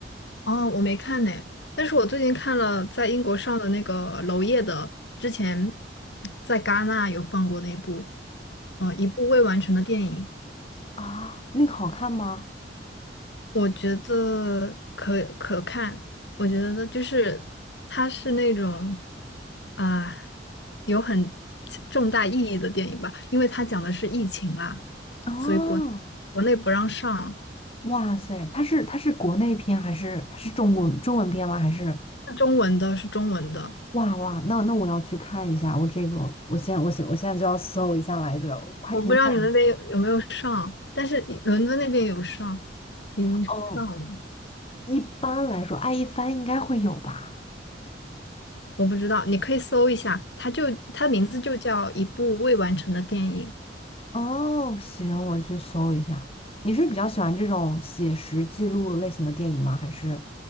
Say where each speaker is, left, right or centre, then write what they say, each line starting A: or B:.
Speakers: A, on the left; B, on the left.
A: 哦，我没看呢。但是我最近看了在英国上的那个娄烨的，之前在戛纳有放过那部，呃，一部未完成的电影。
B: 啊，那个好看吗？
A: 我觉得可可看，我觉得就是它是那种啊、有很重大意义的电影吧，因为它讲的是疫情啦，
B: 啊，
A: 所以国国内不让上，
B: 哇塞，它是它是国内片还是还是中国中文片吗？还是
A: 是中文的，是中文的，
B: 哇哇，那那我要去看一下，我这个我现在我现我现在就要搜一下来着，我还挺感兴趣。
A: 我不知道你们那边有有没有上，但是伦敦那边有上，已经上了，
B: 哦一般来说，爱一帆应该会有吧？
A: 我不知道，你可以搜一下，它就它名字就叫一部未完成的电影。
B: 哦，行，我去搜一下。你是比较喜欢这种写实记录类型的电影吗？还是？